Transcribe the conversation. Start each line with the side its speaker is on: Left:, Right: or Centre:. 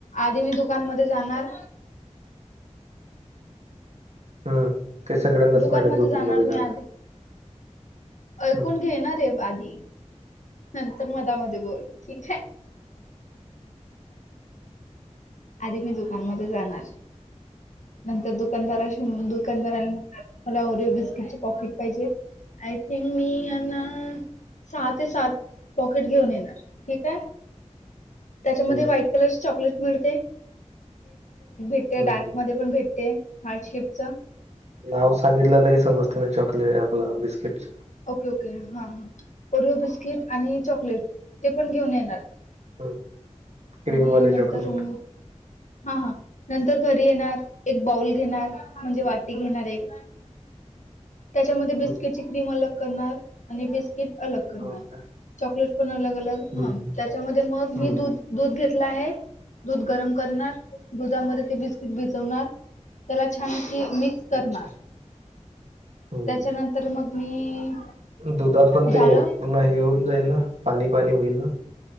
Left: आधी मी दुकानमध्ये जाणार
Right: हम्म ते सगळ्यांनाच
Left: दुकानमध्ये
Right: माझ्या दुकनमध्येध्ये
Left: मी
Right: जाणार
Left: आधी ऐकून
Right: हं,
Left: घेणारे आधी नंतर मधमध्येध्ये बोल ठीक आहे आधी मी दुकानमध्ये जाणार नंतर दुकानदाराशी दुकानदारा मला ओरिओ बिस्किटचे पाकिट पाहिजे आय थिंक मी यांना सहा ते सात पॉकेट घेऊन येणार ठीक आहे त्याच्यामध्ये
Right: हं,
Left: व्हाईट कलरची चॉकलेट मिळते त्या
Right: हं,
Left: डार्क
Right: हं.
Left: मध्ये पण भेटते हार्ड शेपच
Right: नाव सांगितलं तरी समजतेना चॉकलेट आपलं बिस्किटच
Left: ओके ओके हा हा ओरिओ बिस्किट आणि चॉकलेट ते पण घेऊन येणार
Right: हं. क्रीमवाले
Left: आणि
Right: चॉकलेट.
Left: नंतर रुम हा हा नंतर घरी येणार एक बाऊल घेणार म्हणजे
Right: हं,
Left: वाटी घेणार एक त्याच्यामध्ये बिस्किटची
Right: हं.
Left: क्रीम अलग करणार आणि बिस्किट अलग करणार
Right: हो का?
Left: चॉकलेट पण अलग अलग
Right: हं,
Left: हा त्याच्यामध्ये मग
Right: हं.
Left: मी दूध दूध घेतला आहे दूध गरम करणार दुधामध्ये ते बीस्क िजवणार त्याला छान मिक्स करणार
Right: अच्छा. हं.
Left: त्याच्यानंत तर मग मी
Right: दुधात पण ते
Left: झालं
Right: पूर्ण हे होऊन जाईल ना पाणी पाणी होईल ना